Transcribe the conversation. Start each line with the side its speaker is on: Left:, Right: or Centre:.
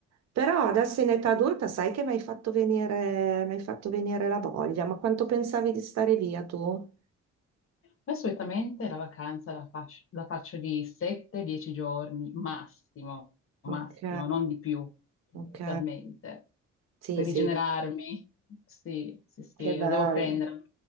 Right: però adesso in età adulta sai che mi hai fatto venire, mi hai fatto venire la voglia, ma quanto pensavi di stare via tu?
Left: Poi solitamente la vacanza la, fac- la faccio di 7-10 giorni, massimo, massimo,
Right: Ok,
Left: non di più, inizialmente,
Right: ok, sì,
Left: per
Right: sì,
Left: rigenerarmi. Sì, sì, sì,
Right: che bello.
Left: la devo prendere,